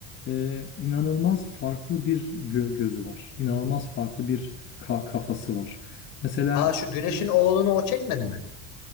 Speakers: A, on the left (about 30°); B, on the left (about 55°).
A: e, inanılmaz farklı bir gö- gözü var. İnanılmaz farklı bir ka- kafası var. Mesela
B: Aa şu Güneş'in oğlunu o çekmedi mi?